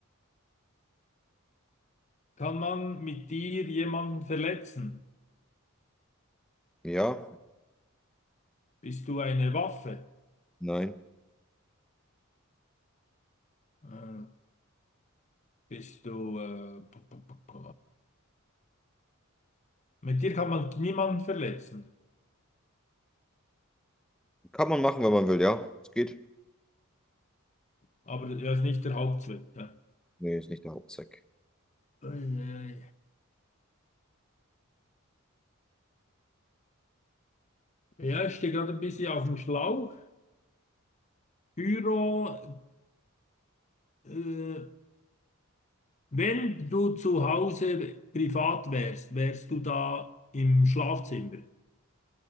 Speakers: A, on the left; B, in the centre.
A: kann man mit dir jemanden verletzen?
B: Ja,
A: Bist du eine Waffe?
B: nein.
A: Äh, bist du, äh, p- p- p- p- mit dir kann man niemanden verletzen,
B: Kann man machen, wenn man will, ja. Es geht.
A: aber das ist nicht der Hauptzweck. Ja,
B: Nee, ist nicht der Hauptzweck.
A: Eieiei. Ja, ich stehe gerade ein bisschen auf dem Schlauch. Pyro, äh, wenn du zu Hause privat wärst, wärst du da im Schlafzimmer?